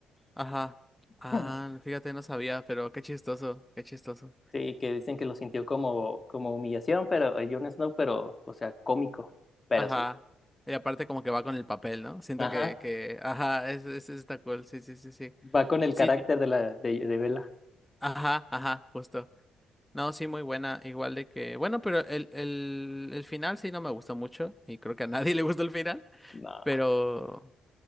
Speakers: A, in the centre; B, on the left.
A: ajá. Ah,
B: Ujú.
A: fíjate, no sabía, pero qué chistoso, qué chistoso.
B: Sí, que dicen que lo sintió como, como humillación, pero eh, Jon Snow, pero, o sea, cómico, pero
A: Ajá.
B: sí.
A: Y aparte como que va con el papel, ¿no? Siento
B: Ajá.
A: que, que, ajá, es, es, está cool, sí, sí, sí, sí.
B: Va con el
A: Sí,
B: carácter de la de, de Bella.
A: ajá, ajá, justo. No, sí, muy buena. Igual de que, bueno, pero el, el, el final sí no me gustó mucho y creo que a <laughs> nadie le gustó el final,
B: no.
A: pero,